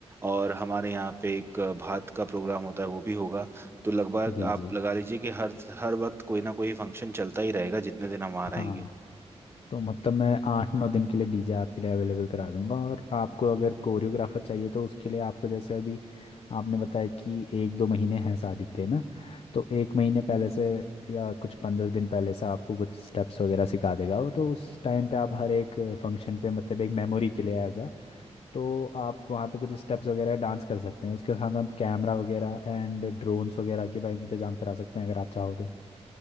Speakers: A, on the right; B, on the left.
A: और हमारे यहाँ पे एक भात का प्रोग्राम होता है वो भी होगा तो लगभग
B: जी
A: आप
B: जी
A: लगा लीजिए कि हर हर वक्त कोई ना कोई फंक्शन चलता ही रहेगा जितने दिन हम वहाँ
B: हाँ
A: रहेंगे
B: तो मतलब मैं आठ नौ दिन के लिए डीजे आपके लिए अवेलेबल करा दूंगा और आपको अगर कोरियोग्राफर चाहिए तो उसके लिए आपको जैसे अभी आपने बताया कि एक दो महीने हैं शादी के लिए ना तो एक महीने पहले से या कुछ पंद्रह दिन पहले से आपको कुछ स्टेप्स वगैरह सिखा देगा वो तो उस टाइम पे आप हर एक फंक्शन पे मतलब एक मेमोरी के लिए एज अ तो आप वहाँ पे कुछ स्टेप्स वगैरह डांस कर सकते हैं उसके साथ हम कैमरा वगैरह एंड ड्रोन्स वगैरह के भी इंतजाम करा सकते हैं अगर आप चाहो तो